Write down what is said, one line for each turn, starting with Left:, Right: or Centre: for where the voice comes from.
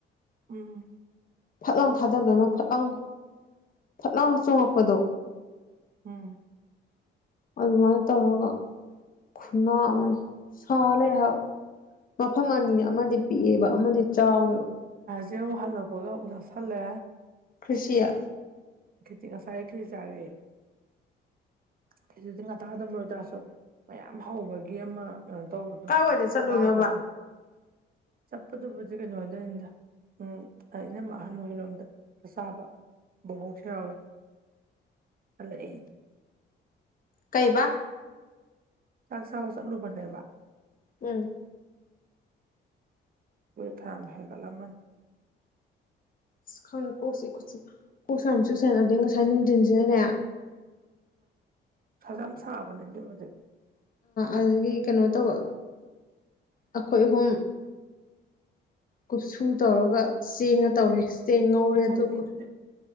Right: ꯎꯝ
Left: ꯐꯠ ꯂꯥꯎꯅ ꯊꯥꯗꯕꯗꯅ ꯐꯠ ꯂꯥꯎꯅ ꯐꯠ ꯂꯥꯎꯅ ꯆꯣꯉꯛꯄꯗꯣ
Right: ꯎꯝ
Left: ꯑꯗꯨꯃꯥꯏꯅ ꯇꯧꯔꯒ ꯈꯨꯅꯥ ꯑꯃ ꯁꯥ ꯂꯩ ꯍꯥꯏꯕ ꯃꯐꯝ ꯃꯅꯤ ꯑꯃꯗꯤ ꯄꯤꯛꯑꯦꯕ ꯑꯃꯗꯤ ꯆꯥꯎꯋꯦꯕ
Right: ꯆꯦ ꯃꯣ ꯍꯜꯂꯛꯕꯒꯕꯨ ꯆꯥꯁꯜꯂꯦ
Left: ꯀ꯭ꯁꯤꯌꯥ
Right: ꯀꯈꯤꯁꯥꯏꯈꯜ ꯆꯥꯔꯦ ꯀꯖꯤꯗꯤ ꯉꯥꯛꯇꯥꯒꯗꯕꯅ ꯑꯣꯏꯇꯥꯔꯁꯨ ꯃꯌꯥꯝ ꯍꯧꯕꯒꯤ ꯑꯃ ꯇꯧꯕꯗꯣ
Left: ꯀꯥꯏꯋꯥꯏꯗ ꯆꯠꯂꯨꯏꯅꯣꯕ
Right: ꯋꯥꯕꯗꯣ ꯑꯞꯄꯗꯨꯕꯨꯗꯤ ꯀꯩꯅꯣ ꯑꯣꯏꯗꯣꯏꯅꯤꯗ ꯎꯝ ꯑꯩꯅ ꯑꯍꯜ ꯑꯣꯏꯔꯣꯝꯗ ꯆꯥꯕ ꯕꯣꯛꯁꯌꯥꯋ ꯑꯣꯏ ꯍ ꯑꯩ
Left: ꯀꯩꯕ
Right: ꯆꯥꯛ ꯆꯥꯕ ꯆꯠꯂꯨꯕꯅꯦꯕ
Left: ꯎꯝ
Right: ꯊ ꯑꯃ ꯍꯦꯒ ꯂꯝꯃꯟ
Left: ꯁꯤ ꯈꯥꯎꯅ ꯀꯣꯁꯤꯣ ꯀꯣꯁꯥꯎꯅꯁꯨ ꯁꯅꯗ ꯉꯁꯥ ꯅꯨꯅꯨꯡꯗꯟꯁꯤꯅꯦ
Right: ꯁꯖꯥꯝ ꯁꯥꯕꯅꯤ ꯑꯗꯨꯕꯗ
Left: ꯑꯗꯨꯗꯒꯤ ꯀꯩꯅꯣ ꯇꯧꯕ ꯑꯩꯈꯣꯏ ꯑꯍꯨꯝ ꯀꯨꯞꯁꯨ ꯇꯧꯔꯒ ꯆꯦꯡꯉ ꯇꯧꯔꯦ ꯆꯦꯡ ꯉꯧꯔꯦ
Right: ꯆꯥꯅꯤꯡꯉꯦ
Left: ꯑꯗꯨ
Right: ꯑꯗꯨꯗꯤ